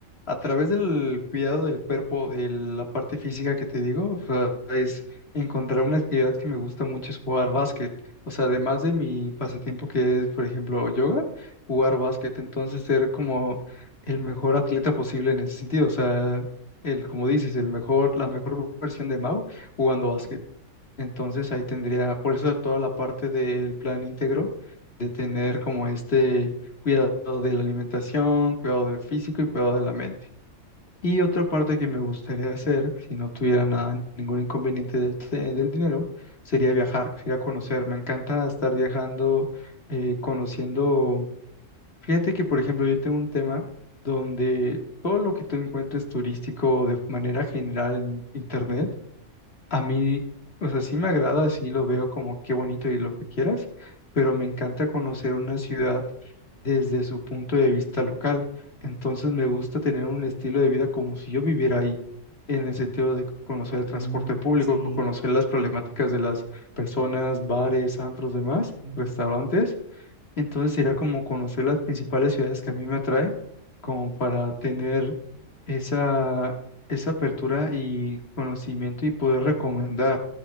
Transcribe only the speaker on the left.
a través del cuidado del cuerpo, de la parte física que te digo, o sea, es encontrar una actividad que me gusta mucho es jugar básquet. O sea, además de mi pasatiempo que es, por ejemplo, yoga, jugar básquet, entonces ser como el mejor atleta posible en ese sentido. O sea, el, como dices, el mejor, la mejor versión de Mau jugando básquet. Entonces ahí tendría, por eso toda la parte del plan íntegro, de tener como este cuidado de la alimentación, cuidado del físico y cuidado de la mente. Y otra parte que me gustaría hacer, si no tuviera nada, ningún inconveniente del, te- del dinero, sería viajar, ir a conocer. Me encanta estar viajando, eh, conociendo. Fíjate que, por ejemplo, yo tengo un tema donde todo lo que tú encuentres turístico de manera general en Internet, a mí, o sea, sí me agrada, sí lo veo como qué bonito y lo que quieras, pero me encanta conocer una ciudad desde su punto de vista local. Entonces me gusta tener un estilo de vida como si yo viviera ahí, en el sentido de conocer el transporte
público,
conocer las problemáticas de las personas, bares, antros, demás,
restaurantes entonces era como conocer las principales ciudades que a mí me atrae, como para tener esa, esa apertura y conocimiento y poder recomendar.